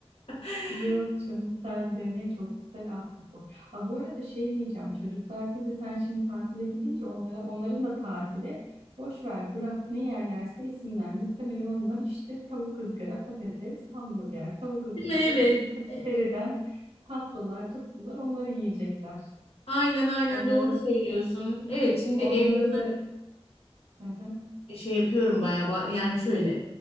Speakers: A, on the left (about 65°); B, on the right (about 80°).
A: <laughs>
B: Yok canım sen de ne çok güzel ahtapot. bu. Aa, bu arada şey diyeceğim çocuklar tabii sen şimdi tatile gidince onlara onların da tatili boş ver bırak ne yerlerse yesinler. Muhtemelen onlar işte tavuk ızgara patates hamburger tavuk ızgara
A: Değil mi? Evet.
B: patates patiseriden
A: E,
B: tatlılar tuttular onları yiyecekler.
A: Aynen aynen
B: Onlara
A: doğru söylüyorsun. Evet şimdi
B: onlara
A: evde
B: da Hı hı.
A: şey yapıyorum bayağı ba- yani şöyle